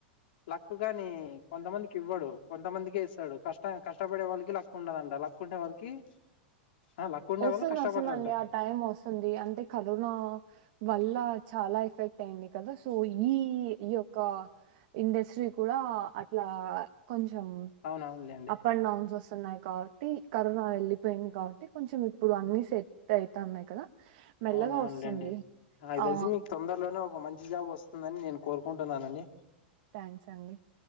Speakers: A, on the left (about 70°); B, on the right (about 55°).
A: లక్ గానీ కొంతమందికి ఇవ్వడు కొంతమందికే ఇస్తాడు కష్ట కష్టపడే వాళ్ళకి లక్ ఉండదంట లక్ ఉండే వాళ్ళకి ఆ లక్ ఉండే
B: వస్తుంది
A: వాళ్ళు కష్టపడరంట
B: వస్తుందండి ఆ టైం వస్తుంది అంటే కరోనా వల్ల చాలా ఎఫెక్ట్ అయింది కదా సో ఈ ఈ యొక్క ఇండస్ట్రీ కూడా అట్లా కొంచం
A: అవునవునులేండి
B: అప్ అండ్ డౌన్స్ వస్తూ న్నాయి కాబట్టి కరోనా వెళ్లిపోయింది కాబట్టి కొంచెం ఇప్పుడు అన్ని సెట్ అయితన్నాయి కదా మెల్లగా
A: అవున అవునులేండి
B: వస్తుంది
A: నాకు తెలిసి
B: ఆ
A: మీకు తొందరలోనే ఒక మంచి జాబ్ వస్తుందని నేను కోరుకుంటున్నానండి.
B: థ్యాంక్స్ అండి